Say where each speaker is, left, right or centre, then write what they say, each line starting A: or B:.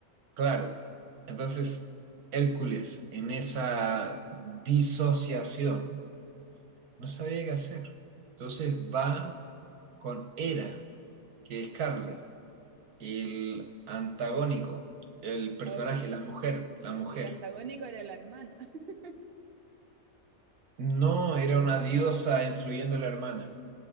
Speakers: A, on the right; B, on the right.
A: claro. Entonces, Hércules, en esa disociación, no sabía qué hacer. Entonces va con Hera, que es Carla. El antagónico, el personaje,
B: Ok.
A: la Sí. mujer, la mujer.
B: El antagónico era la hermana. <laughs>
A: No era una diosa influyendo a la hermana.